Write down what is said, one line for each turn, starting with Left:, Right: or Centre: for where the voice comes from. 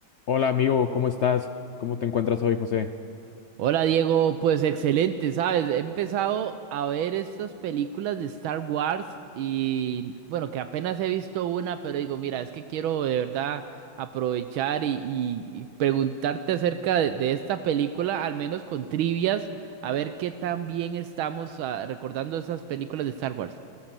Left: Hola amigo, ¿cómo estás? ¿Cómo te encuentras hoy, José?
Right: Hola Diego, pues excelente, ¿sabes? He empezado a ver estas películas de Star Wars y bueno, que apenas he visto una, pero digo, mira, es que quiero de verdad aprovechar y, y- y preguntarte acerca de, de esta película, al menos con trivias, a ver qué tan bien estamos ah, recordando esas películas de Star Wars.